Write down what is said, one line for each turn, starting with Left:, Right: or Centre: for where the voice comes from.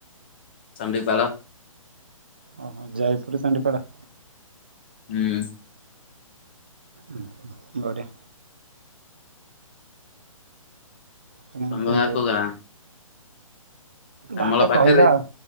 Left: ଚଣ୍ଡିପାଳ।
Right: ଓ ହୋ ଯଇପୁରୁ ଚଣ୍ଡିପାଳ।
Left: ହୁଁ।
Right: ଓ ହୋ। ବଢିଆ। ତମେ ଏମିତି
Left: ତମ ଗାଁ କୋଉ ଗାଁ। ଶ୍ୟାମଳ
Right: ଗାଁ ଟା
Left: ପାଖରେ
Right: କହିବା ଆଉ